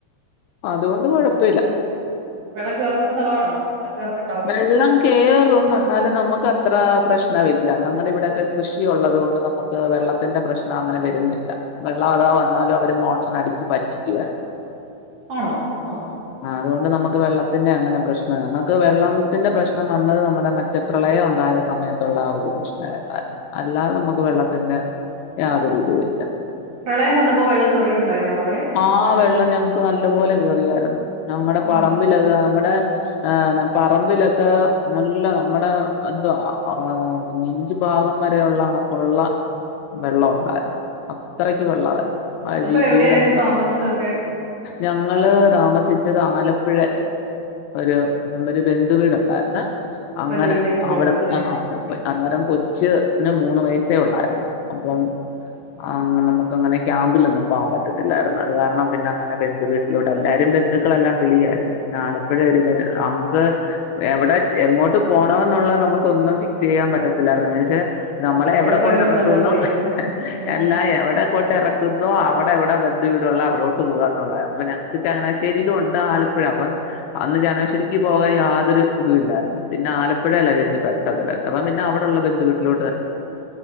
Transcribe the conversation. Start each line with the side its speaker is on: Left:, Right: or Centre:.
Left: അതോണ്ട് കൊഴപ്പില്ല
Right: വെള്ളം കേറുന്ന സ്ഥലമാണോ കേറത്തുണ്ടാവും.
Left: വെള്ളം കേറും <unintelligible> അല്ല നമുക്ക് അത്ര പ്രശ്നമില്ല ഞുടെ ഇവിടെയൊക്കെ കൃഷിയ ഉള്ളത് കൊണ്ട് നമുക്ക് വെള്ളത്തിന്റെ പ്രശ്നം അങ്ങനെ വരുന്നില്ല വെള്ളം അഥവാ വന്നാലും അവര് മീറ്ററിനെടിച്ചു പറ്റിക്കുവാ
Right: ആണോ ആ
Left: അതുകൊണ്ട് നമുക്ക് വെള്ളത്തിന്റെ അങ്ങനെ പ്രശ്നം അങ്ങ വെള്ളം ത്തിന്റെ പ്രശ്നം വന്നത് നമ്മുടെ മറ്റേ പ്രളയം ഉണ്ടായ സമയത്തുള്ള ആ ഒരു പ്രശ്നായിരുന്നു അല്ലാതെ നമുക്ക് വെള്ളത്തിന്റെ യാതൊരു ഇതുമില്ല
Right: പ്രളയം വന്നപ്പോ വെള്ളം കേറിയിട്ടുണ്ടായിരുന്നോ കൊറേ
Left: ആ വെള്ളം ഞങ്ങക്ക് നല്ലപോലെ കേറിയായിരുന്നു ഞങ്ങടെ പറമ്പിൽ
Right: ഉം
Left: അതാ നമ്മടെ ആ പറമ്പിലൊക്കെ നല്ല നമ്മുടെ എന്തു എന്തോ നെഞ്ച് ഭാഗം വരള്ള കണക്കുള്ള വെള്ളം ഉണ്ടായിരുന്നു അത്രയ്ക്ക് വെള്ളമായിരുന്നു വഴി
Right: അപ്പൊ എവിടെയായിരുന്നു
Left: വീടെല്ലാം
Right: താമസിച്ചതൊക്കെ?
Left: ഞങ്ങള് താമസിച്ചത് ആലപ്പുഴ ഒരു ഒരു ബന്ധുവീടുണ്ടായിരുന്നെ അങ്ങനെ
Right: ബന്ധു വീട്ടിലേക്ക് പോയി
Left: അവിട
Right: വന്നു
Left: <unintelligible>
Right: അല്ലേ?
Left: അന്നേരം കൊച് ന് മൂന്ന് വയസേ ഉള്ളായിരുന്നു അപ്പം ആ നമുക്ക് അങ്ങനെ ക്യാമ്പിലൊന്നുംപോകാൻ പറ്റ ത്തിലായിരുന്നു അത് കാരണം പിന്നെ അങ്ങനെ ബന്ധുവീട്ടിലുടെല്ലാരും ബന്ധുക്കളെല്ലാം വിളിയായിരുന്നു ആലപ്പുഴ ഒരു ബ നമുക്ക് എവിടെ എങ്ങോട്ട് പോണ ന്നുള്ളത് നമുക്ക് ഒന്നും ഫിക്സ് ചെയ്യാൻ പറ്റത്തില്ലായിരുന്നു പക്ഷെ നമ്മളെ എവിടെ
Right: പോയാലും
Left: കൊണ്ടിറക്കുന്നു
Right: വെള്ളം കേറലായിരിക്കും
Left: <unintelligible>
Right: അല്ലേ? ഉം
Left: എല്ലാം എവിടെ കൊണ്ട് ഇറക്കുന്നോ അവിടെ എവിടെ ബന്ധു വീട് ഉള്ള അവിടോട്ട് പോവാന്നുള്ള ഞങ്ങക്ക് ചങ്ങനശ്ശേയിലുണ്ട് ആലപ്പുഴ അപ്പം അന്ന് ചങ്ങാശേരി എനിക്ക് പോകാൻ യാതൊരു ഇതുവുമില്ലായിരുന്നു പിന്നെ ആലപ്പുഴയിലാ ചെന്ന് പെട്ടത് അപ്പം പിന്നെ അവിടുള്ള ബന്ധു വീട്ടിലോട് <unintelligible>